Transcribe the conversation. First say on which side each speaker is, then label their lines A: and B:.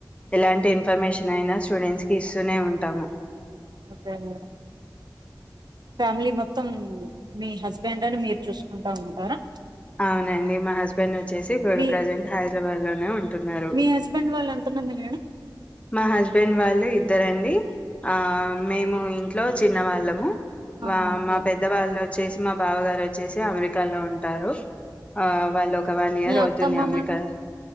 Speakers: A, on the left; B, on the right.
A: ఎలాంటి ఇన్ఫర్మేషన్ అయినా స్టూడెంట్స్ కి ఇస్తూనే ఉంటాము
B: ఓకే మేడం ఫ్యామిలీ మొత్తం మీ హస్బెండ్ని మీరు చూసుకుంటా ఉంటారా
A: అవునండి మా హస్బెండ్ వచ్ వచ్చేసి ఇప్పుడు
B: మీ
A: ప్రజెంట్ హైదరాబాద్ నే ఉం ఉంటున్నారు
B: మీ హస్బెండ్ వాళ్ళు ఎంతమంది మేడం
A: మా హస్బెండ్ వాళ్ళు ఇద్దరండి ఆ మేము ఇంకా లో చిన్నవాళ్ళము
B: ఆ
A: వా
B: ఓకే
A: మా పెద్దవాళ్ళు వచ్చేసి మా బావ గారు వచ్చేసి అమెరికాలో ఉంటారు ఆ వాళ్ళ ఒక వన్ ఇయర్
B: మీ
A: అవుతుంది
B: అత్తమ్మ
A: అమెరికా
B: మండి